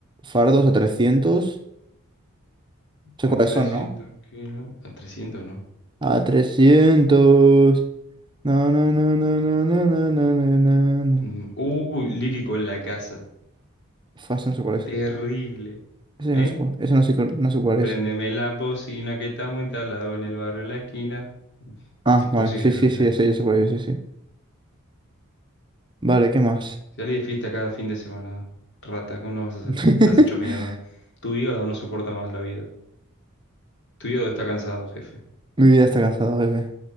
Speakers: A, on the right (about 20°); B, on the left (about 60°).
A: Fardos a 300. Sé
B: A
A: cuáles
B: 300
A: son, ¿no?
B: kilos. A 300 no.
A: A 300, No, no, no, no, no, no, no, no, no, no, no.
B: Mm, Uy, lírico en la casa.
A: Fast, no sé cuál es.
B: terrible.
A: Ese
B: ¿Eh?
A: no sé cuál, ese no sé, cu- no sé cuál es.
B: Préndeme la bocina que estamos instalados en el barrio de la esquina.
A: Ah,
B: Es imposible
A: vale. Sí, sí,
B: que lo sepas.
A: sí, ya sé, ya sé cuál es. Sí, sí. Vale, ¿qué más?
B: Salí de fiesta cada fin de semana. Rata, ¿cómo no vas a salir?
A: <laughs>
B: Estás hecho mierda. Tu hígado no soporta más la vida. Tu hígado está cansado, jefe.
A: Mi vida está cansada, jefe.